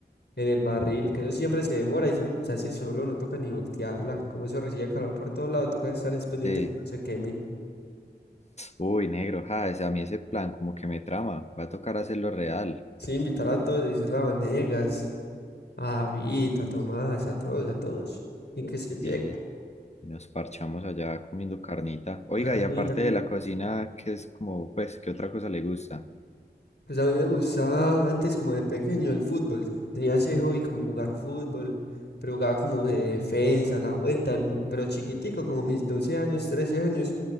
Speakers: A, on the left; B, on the left.
A: en el barril, que eso siempre se demora, y eso se hace solo, no toca ni voltearla. Como eso recibe calor por todo lado, toca estar es pendiente
B: Sí.
A: que no se queme.
B: Uy, negro, ja, ese- a mí ese plan como que me trama, va a tocar hacerlo real.
A: Sí, invitar a todos, decirle a Vanegas, a David, a Tomás, a todos, a todos. Y que se llegue.
B: Sí. Y nos parchamos allá comiendo carnita. Oiga,
A: Carnita.
B: y aparte de la cocina, ¿qué es como, pues, qué otra cosa le gusta?
A: Pues a mí me gustaba antes como de pequeño el fútbol. Tenía ese hobby como jugar fútbol, pero jugaba como de defensa, la vuelta, n- pero chiquitico, como mis 12 años, 13 años.